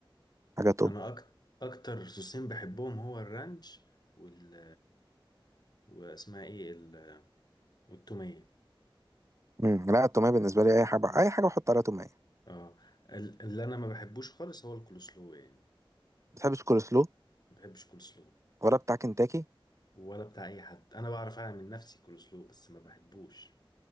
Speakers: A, on the right; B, on the left.
A: حاجه توب
B: أنا أك... أكتر صوصين بحبهم هو الرانش وال واسمها إيه ال... والتومية
A: امم لا التوميه بالنسبه لي اي حاجه
B: مم.
A: اي حاجه بحط عليها توميه
B: اه ال- اللي أنا ما بحبوش خالص هو الكولسلو يعني
A: بتحب الكول سلو
B: ما بحبش كولسلو
A: ولا بتاع كنتاكي
B: ولا بتاع أي حد أنا بعرف أعمل من نفسي كولسلو بس ما بحبوش